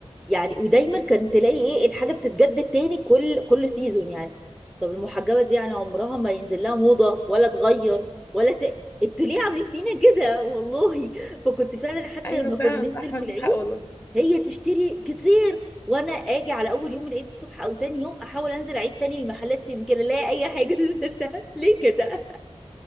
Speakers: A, in the centre; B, on the left.
A: يعني ودايما كان تلاقي ايه الحاجه بتتجدد تاني كل كل سيزون يعني طب المحجبه دي يعني عمرها ما ينزل لها موضه ولا تغير ولا ت... انتوا ليه عاملين فينا كده والله فكنت فعلا حتى
B: ايوه
A: لما كنا
B: فعلا
A: ننزل
B: صح
A: في
B: عندك
A: العيد
B: حق والله
A: هي تشتري كتير وانا اجي على اول يوم العيد الصبح او تاني يوم احاول انزل اعيد تاني المحلات يمكن الاقي اي حاجه <laughs> ليه كده